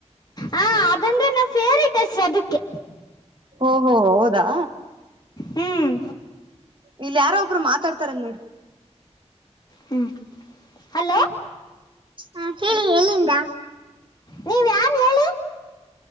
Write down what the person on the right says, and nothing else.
ಓಹೋ ಹೌದಾ
ಇಲ್ಲ ಯಾರೋ ಒಬ್ರು ಮಾತಾಡ್ತಾರ ನೋಡಿ
ಹಾ ಹೇಳಿ ಎಲ್ಲಿಂದ